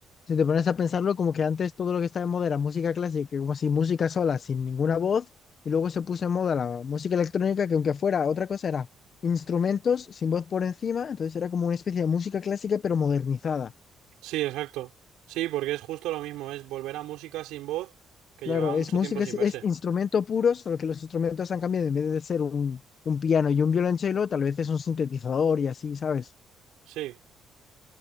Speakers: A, on the left; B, on the right.
A: Si te pones a pensarlo, como que antes todo lo que estaba en moda era música clásica, como si música sola, sin ninguna voz, y luego se puso en moda la música electrónica, que aunque fuera otra cosa, era instrumentos sin voz por encima, entonces era como una especie de música clásica, pero modernizada.
B: Sí, exacto. Sí, porque es justo lo mismo, es volver a música sin voz que
A: Claro,
B: llevaba
A: es
B: mucho
A: música,
B: tiempo sin
A: es es
B: verse.
A: instrumento puro, solo que los instrumentos han cambiado, en vez de ser un, un piano y un violonchelo, tal vez es un sintetizador y así, ¿sabes?
B: Sí,